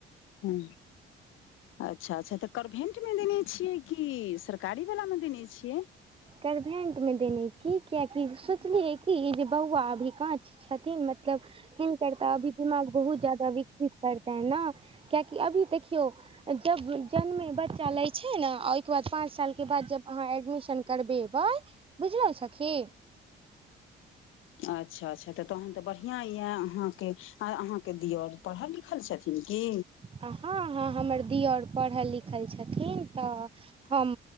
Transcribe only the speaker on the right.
करभैंट में देने छी कियकि सोचलियै की जे बौआ अभी काऽ च छथिन मतलब हिनकर तऽ अभी दिमाग बहुत जादा विकसित करतै नऽ। कियेकी अभी देखियौ। जब जन्मे बच्चा लै छै नऽ ओहिके बाद पाँच सालके बाद जब अहाँ एडमिशन। करबैबई बुझलौ सखी।
हँ हँ हमर दी दियौर पढ़ल लिखल छथिन तऽ। हम